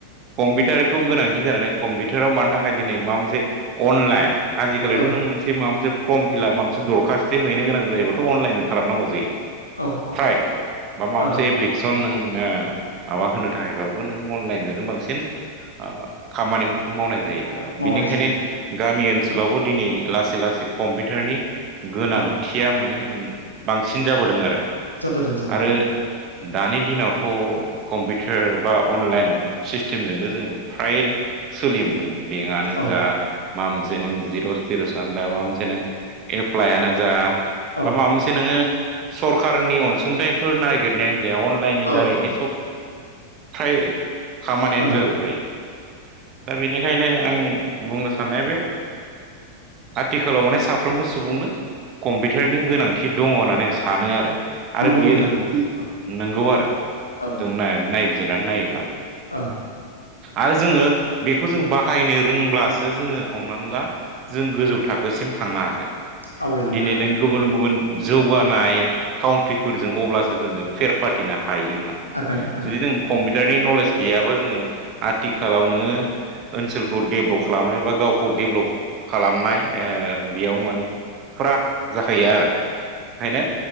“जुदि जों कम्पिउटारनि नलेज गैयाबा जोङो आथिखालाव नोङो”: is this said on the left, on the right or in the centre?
Right